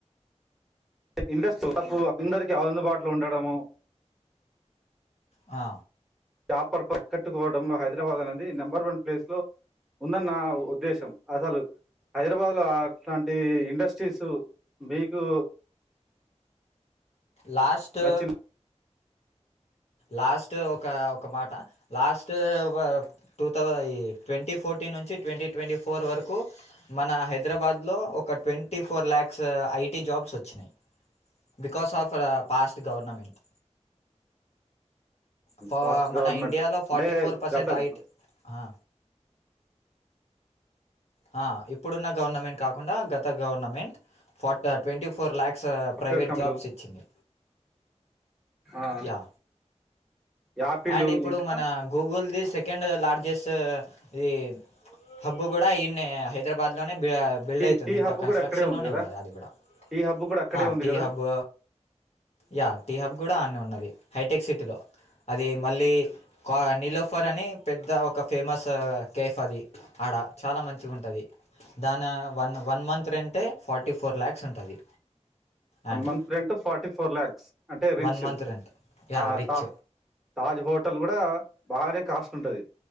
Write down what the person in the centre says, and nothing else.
ఇండస్ట్రీ అందరికి అందుబాటులో ఉండడము.
జాపర్ ప కట్టుకోవడంలో హైదరాబాద్ అనేది నెంబర్ వన్ ప్లేస్ లో ఉందన్న నా ఉద్దేశం. అసలు హైదరాబాద్ లో అట్లాంటి ఇండస్ట్రీసు బీకు
నచ్చిన
ఫాస్ట్
గవర్నమెంట్
అంటే
గత
సాఫ్ట్వేర్
కంపెనీలు
ఆ
యాపిల్
ఇంకా
టీ
టీ
హబ్
కూడా అక్కడే ఉంది
కదా
టీ హబ్ కూడా అక్కడే
ఉంది
కదా
మంత్ రెంట్ ఫార్టీ ఫోర్ ల్యాక్స్ అంటే రిచ్
ఆ,
తా- తాజ్ హోటల్ కూడా బాగానే కాస్ట్ ఉంటది